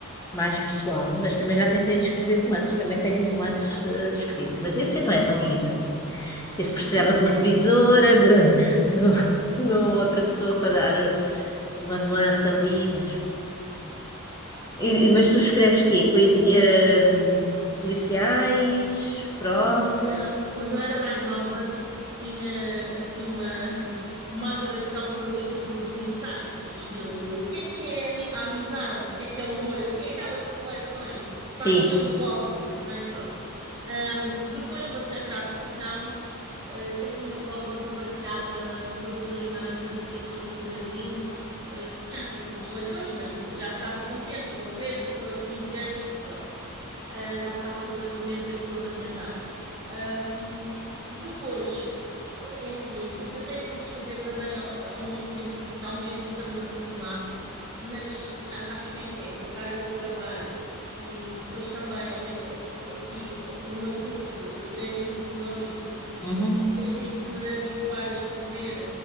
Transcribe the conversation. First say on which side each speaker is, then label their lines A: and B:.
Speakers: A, on the left; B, on the right.
A: mais pessoal, mas também já tentei escrever romances, também tenho romances eh, escritos, mas esse não é tão giro assim. Esse precisava
B: <laughs>
A: de uma revisora, de, de, de outra pessoa para dar uma nuance ali, mas, e- e- mas tu escreves quê? Poesia, hum, policiais, prosa?
B: Olha, quando eu era mais nova, tinha assim uma, <laughs> uma adoração pelo estilo dos ensaios, do estilo o que é que é a ami- a amizade, o que é que é o amor, assim aquelas reflexões quase
A: Sim.
B: filosóficas, não é? Pronto. Ahm, depois passei para a ficção, eh, até tinha blogs onde partilhava todas as semanas um capítulo assim grandinho. Eh, tinha assim poucos leitores, mas já ficava contente com 13, 14, 15 anos, pronto ah, já ficava toda contente de ter pessoas a comentar. Ahm, depois, é assim, eu, eu tentei sempre escrever também ao, ao mesmo tempo ficção, mesmo estando na faculdade, mas já sabes como é que é, com a carga de trabalho e depois também, ao me- eh, aqui no meu curso, eu tirei mesmo jornalismo,
A: Uhum.
B: de me habituar a escrever